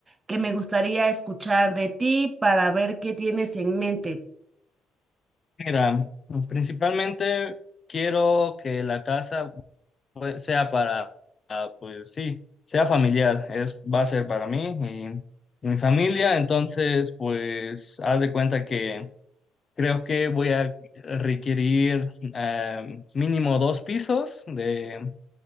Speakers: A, on the right (about 25°); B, on the left (about 40°).
A: que me gustaría escuchar de ti para ver qué tienes en mente.
B: Mira, pues, principalmente quiero que la casa pues, sea para, ah, pues sí, sea familiar, es, va a ser para mí y mi familia, entonces pues haz de cuenta que creo que voy a requerir eh, mínimo dos pisos de,